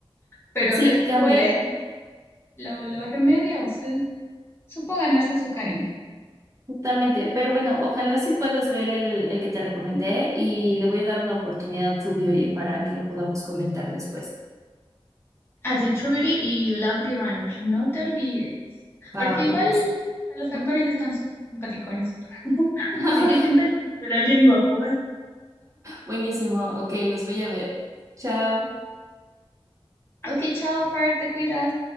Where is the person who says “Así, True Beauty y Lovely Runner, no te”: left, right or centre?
Left